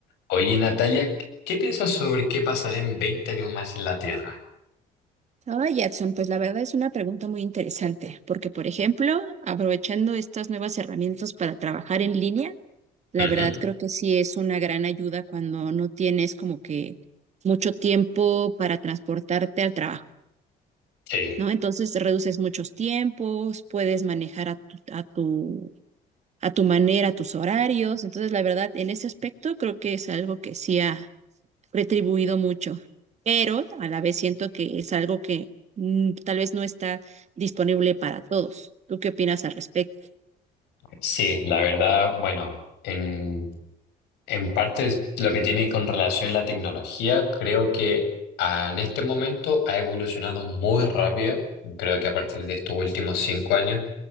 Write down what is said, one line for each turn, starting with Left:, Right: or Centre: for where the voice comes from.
Left: Oye, Natalia, ¿qué qué piensas sobre qué pasará en 20 años más en la Tierra?
Right: Ahora, Jackson, pues la verdad es una pregunta muy interesante, porque por ejemplo, aprovechando estas nuevas herramientas para trabajar en línea, la
Left: Ujú.
Right: verdad creo que sí es una gran ayuda cuando no tienes como que mucho tiempo para transportarte al trabajo,
Left: Sí,
Right: ¿no? Entonces reduces muchos tiempos, puedes manejar a tu, a tu, a tu manera tus horarios, entonces la verdad en ese aspecto creo que es algo que sí ha retribuido mucho, pero a la vez siento que es algo que mm, tal vez no está disponible para todos. ¿Tú qué opinas al respecto?
Left: sí, la verdad, bueno, en, en parte es lo que tiene con relación a la tecnología, creo que ah, en este momento ha evolucionado muy rápido. Creo que a partir de estos últimos cinco años,